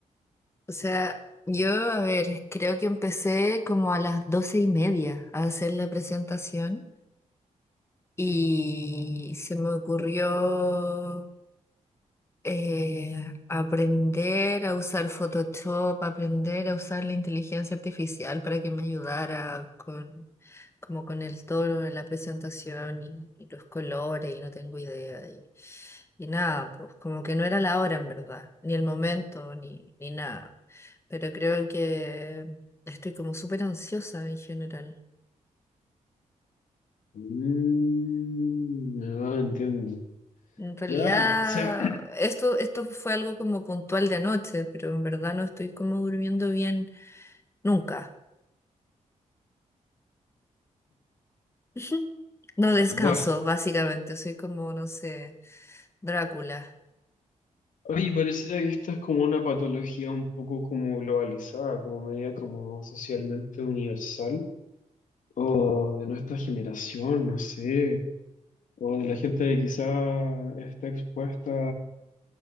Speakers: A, on the left; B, on the left.
A: O sea, yo, a ver, creo que empecé como a las doce y media a hacer la presentación y se me ocurrió eh, aprender a usar Photoshop, aprender a usar la inteligencia artificial para que me ayudara con, como con el tono en la presentación y, y los colores y no tengo idea. Y, y nada, pues como que no era la hora en verdad, ni el momento, ni, ni nada. Pero creo que estoy como súper ansiosa en general.
B: Mm, ah, entiendo.
A: En realidad,
B: Ya, o sea,
A: esto, esto fue algo como puntual de noche, pero en verdad no estoy como durmiendo bien nunca. <laughs> No descanso,
B: <clears throat> buah,
A: básicamente. Soy como, no sé, Drácula.
B: Oye, pareciera que esta es como una patología un poco como globalizada, como media como socialmente universal, o de nuestra generación, no sé, o de la gente que quizá está expuesta